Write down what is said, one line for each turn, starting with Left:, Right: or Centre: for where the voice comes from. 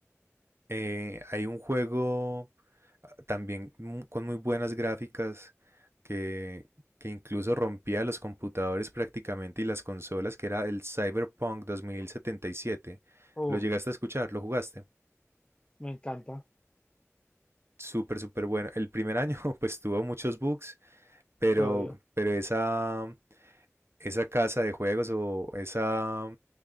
Right: eh, hay un juego ah, también mu- con muy buenas gráficas que, que incluso rompía los computadores prácticamente y las consolas, que era el Cyberpunk 2077.
Left: Uf,
Right: ¿Lo llegaste a escuchar? ¿Lo jugaste?
Left: me encanta,
Right: Súper, súper bueno. El primer año <laughs> pues tuvo muchos bugs, pero,
Left: sí, obvio.
Right: pero esa... esa casa de juegos o esa,